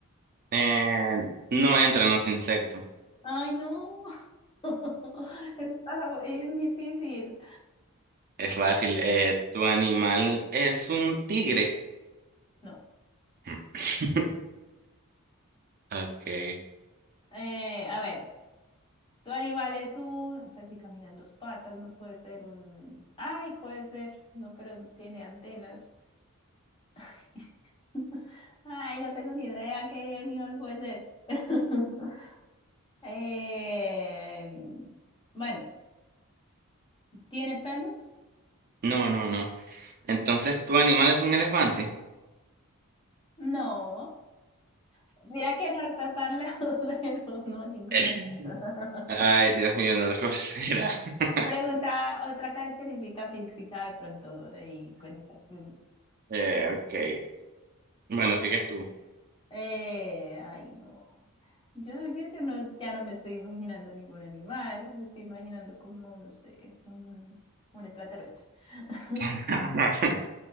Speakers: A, on the right; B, on the left.
A: Eh, no entran los insectos.
B: Ay, no. <laughs> Está- Es difícil.
A: Es fácil. Eh, ¿tu animal es un tigre?
B: No.
A: <laughs> Ok.
B: Eh, a ver. Tu animal es un, pues si camina dos patas, no puede ser un, ay, puede ser, no, pero tiene antenas. <laughs> Ay, no tengo ni idea qué animal puede ser. <laughs> Eh, bueno, ¿tiene pelos?
A: No, no, no. Entonces, ¿tu animal es un elefante?
B: No. Mira que no está tan lejos, <laughs> pero no, ninguna.
A: <laughs>
B: <laughs>
A: Ay, Dios mío, no te considera. <laughs>
B: Pregunta otra característica física de pronto y con esa. pues,
A: Eh, ok. Bueno, sigues tú.
B: Eh, ay, no. Yo, yo, yo no, ya no me estoy imaginando ningún animal, me estoy imaginando como, no sé, un, un extraterrestre. <laughs>
A: <laughs>